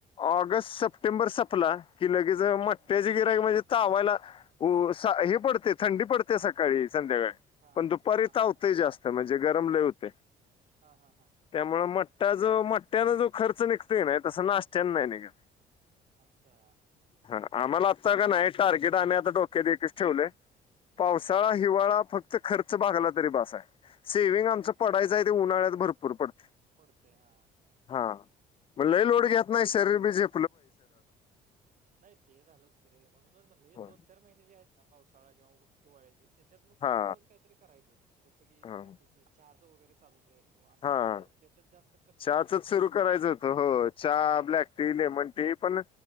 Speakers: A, on the left; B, on the right.
A: ऑगस्ट
B: हा
A: सप्टेंबर संपला कि लगेच मट्याचे
B: हम्म
A: गिऱ्हाईक म्हणजे चावायला हे पडते थंडी पडते सकाळीच संध्याकाळी
B: हा
A: पण दुपारी
B: हा
A: तावतय
B: हा हा
A: जास्त म्हणजे गरम लय होतय
B: हा हा हा
A: त्यामुळे म... त्या जो मट्टयान जो खर्च निघ.. तो की नाही तस नाष्ट्यानं नाही निघत.
B: अच्छा
A: ह आम्हाला आत्ता का नाही टारगेट आम्ही आता डो... क्यात एकच ठेवलंय पावसाळा
B: हा
A: हिवाळा फ... फक्त खर्च भागला तरी बासाय. सेविंग
B: हा
A: आमचं
B: हा हा
A: पडायचाय ते उन्हाळ्यात भरपूर पडत
B: पडतंय हा
A: हा म लई लोड
B: हा
A: घेत
B: हा
A: नाही
B: हा
A: शरीर बी झे...
B: नाही ते झालंच की रे म्हणूनच तेच म्हटलं हे दोन
A: होय.
B: चार महिने जे आहेत ना पावसाळा किंवा ऊ हिवाळ्याचे त्याच्यात मग किरकोळच
A: हा
B: काहीतरी करायचं जसं की
A: हा
B: तू म्हणतोस तसं चहा <inaudible> वगैरे चालू कर किंवा असं
A: हा
B: किरकोळ ज्याच्यात जास्त कष्ट
A: चहाचचं
B: नाहीत
A: सुरू करायचं होतं हो चहा ब्लॅक टी लेमन ते पण